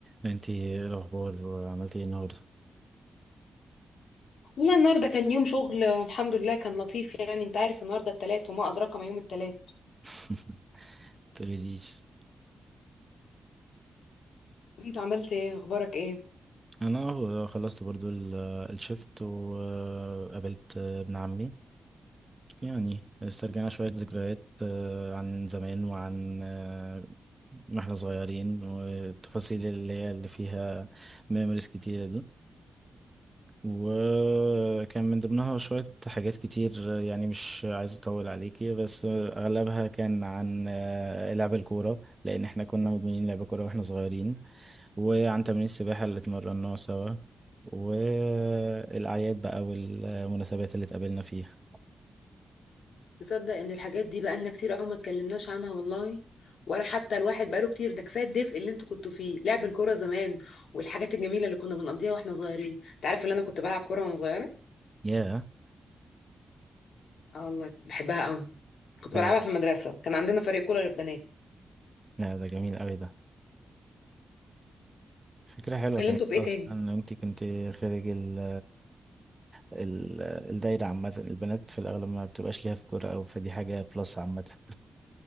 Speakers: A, on the right; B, on the left.
A: انتي ايه الاخبار عملتي ايه النهارده
B: والله النهارده كان يوم شغل آه، الحمد لله كان لطيف يعني انت عارف النهارده التلات وما ادراك ما يوم التلات
A: <laughs> متقوليليش
B: وانت عملت ايه اخبارك ايه
A: انا اهو خلصت برضو ال- الشفت وقابلت ابن عمي يعني استرجعنا شوية ذكريات آه، عن زمان وعن آه، ما احنا صغيرين والتفاصيل اللي هي اللي فيها ميموريز كتيرة دي وكان من ضمنها شوية حاجات كتير يعني مش عايز أطول عليكي بس أغلبها كان عن آه، لعب الكورة لأن احنا كنا مدمنين لعب كورة واحنا صغيرين وعن تمرين السباحة اللي اتمرناه سوا والأعياد بقى والمناسبات اللي اتقابلنا فيها
B: تصدق ان الحاجات دي بقالنا كتير قوي ما اتكلمناش عنها والله ولا حتى الواحد بقاله كتير ده كفايه الدفء اللي انتوا كنتوا فيه لعب الكوره زمان والحاجات الجميله اللي كنا بنقضيها واحنا صغيرين انت عارف ان انا كنت بلعب كوره وانا صغيره
A: ياه
B: اه الله بحبها قوي كنت
A: حلو
B: بلعبها في المدرسه كان عندنا فريق كوره للبنات
A: لا ده جميل أوي ده فكرة حلوة
B: كلمته
A: كمان
B: في ايه
A: أصلا
B: تاني
A: أنت كنت خارج ال ال- الدايرة عامة البنات في الأغلب ما بتبقاش ليها في كورة أو فدي حاجة بلس عامة <laughs>